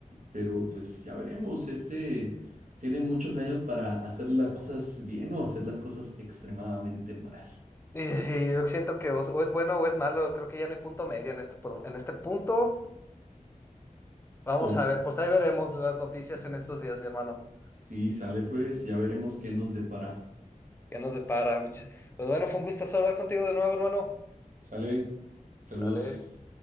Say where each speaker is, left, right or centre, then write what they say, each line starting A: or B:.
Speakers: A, on the right (about 65°); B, on the left (about 15°).
A: pero pues ya veremos. Este tiene muchos años para hacer las cosas bien o hacer las cosas extremadamente mal.
B: Y, y yo siento que o, o es bueno o es malo, creo que ya no hay punto medio en este, por- en este punto. Vamos
A: O
B: a ver, pues ahí veremos las noticias en estos días, mi hermano.
A: si sale, pues ya veremos qué nos depara.
B: ¿Qué nos depara? Mucha- Pues bueno, fue un gustazo hablar contigo de nuevo, hermano.
A: Sale, saludos.
B: Dale.